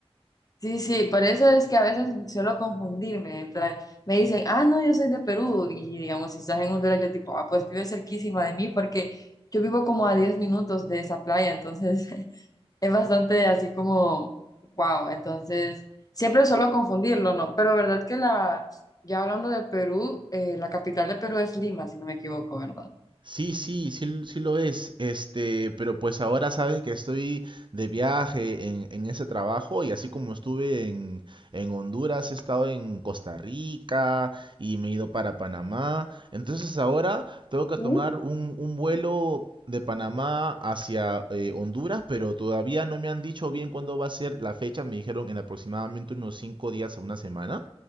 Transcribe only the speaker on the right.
Sí, sí, sí, l- sí lo es. Este, pero pues ahora sabes que estoy de viaje en, en ese trabajo y así como estuve en, en Honduras, he estado en Costa Rica y me he ido para Panamá. Entonces ahora tengo que
tomar un, un vuelo de Panamá hacia eh, Honduras, pero todavía no me han dicho bien cuándo va a ser la fecha. Me dijeron en aproximadamente unos cinco días a una semana.